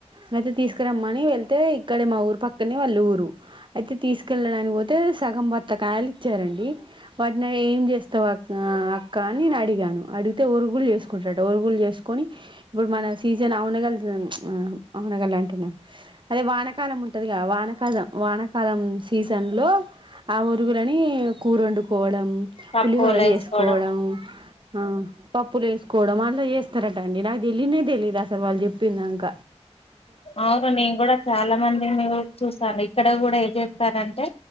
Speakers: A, on the right; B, on the left.
A: గైతే తీసుకురమ్మని వెళ్తే ఇక్కడే మా ఊరు పక్కనే వాళ్ళూరు. అయితే తీసుకెళ్లడానికి పోతే సగం బత్తాకాయలు ఇచ్చారండి. వాటిని నువ్వేం చేస్తా వ ఆ అక్క అని నేను అడిగాను అడిగితే ఒరుగులు చేసుకుటరట, ఒరుగులు చేసుకొని ఇప్పుడు మన సీజన్ ఔనగల్ ఆ ఆ ఔనగల్ అదే వా కాలం ఉంటదిగా వానకాలం వానకాలం. సీజన్ లో ఆ ఒరుగులని కూరొండు కు కోవడం
B: తక్కువలో
A: పులిహోర
B: వేసుకోవడం
A: చేసుకోవడం. ఆ పప్పులు వేసుకోవడం అలా చేస్తారట అండి నాకు తెలీయనే తెలిలీదు అసలు వాళ్ళు చెప్పిందాంక
B: అవును నీన్ కూడా చాలా మంది మీ చూసను ఇక్ ఇక్కడ కూడా ఏం చేస్తారంటే